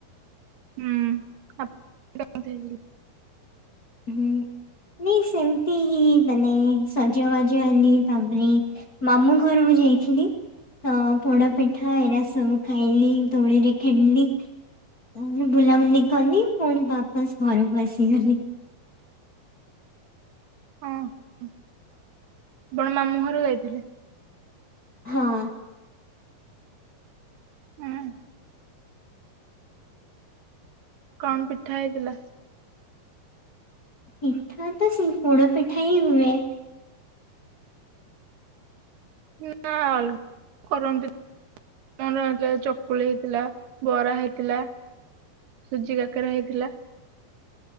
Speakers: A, on the right (about 85°); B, on the left (about 35°).
A: ହୁଁ। <unintelligible>
B: ହୁଁ ନାଇଁ ସେମିତି ହିଁ ମାନେ ସଜବାଜ ହେଲି। ତାପରେ ମାମୁଁ ଘରକୁ ଯାଇଥିଲି। ତ ପୋଡ ପିଠା ଏରା ସବୁ ଖାଇଲି ଦୋଳିରେ ଖେଲିଲି। ତାପରେ ବୁଲାବୁଲି କଲି ପୁଣି ବା ବାସ ଘରକୁ ଆସିଗଲି।
A: ହଁ ଆପଣ <inaudible> ମାମୁଁ ଘର ଯାଇଥିଲେ।
B: ହଁ।
A: ହୁଁ କଣ ପିଠା ହେଇଥିଲା।
B: ପିଠା ତ ସେଇ ପୋଡ ପିଠା ହିଁ ହୁଏ।
A: ନା ଅଲ <unintelligible> ରନ୍ତି। ମର ଚକୁଳି ହେଇଥିଲା ବରା ହେଇଥିଲା ସୁଜି କାକରା ହେଇଥିଲା।